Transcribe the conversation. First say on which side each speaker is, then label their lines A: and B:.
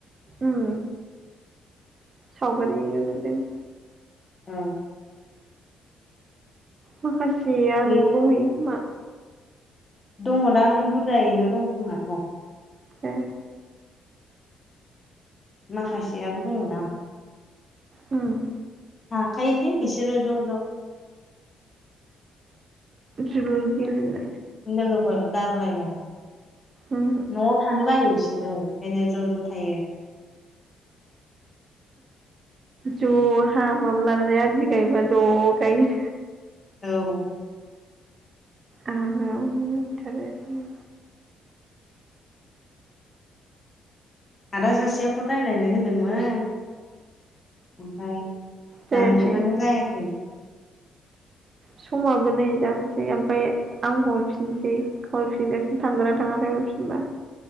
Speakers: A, on the right; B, on the left.
A: उम सावगारिरि नुदों।
B: औ।
A: माखासे सेया
B: गैया
A: न'आव दंहैयो खोमा?
B: दङदां बुरजायैनो दं खोमाथ'
A: ए
B: माखासेयाबो दङ दां
A: उम।
B: हाखोयोलै बिसोरो ज' ज'
A: जोलुर गेले
B: नङफोर गारलाय न
A: उम
B: न'आव थानो बायो बिसोरो ओंखायनो ज' ज' थायो।
A: ज' हा माबा लानानै आदि गायबा ज' गाययो।
B: औ
A: आराम एनटारेसनो
B: आदा सासेया फन रायज्लायनो होनदोंमोन ओमफ्राय
A: जायासै
B: दामजुंआनो जायाखै
A: समाबो नै जानोसै ओमफ्राय आं हरफिनसै हरफिनगासिनो थांगोना थाङाथाय हरफिनबा?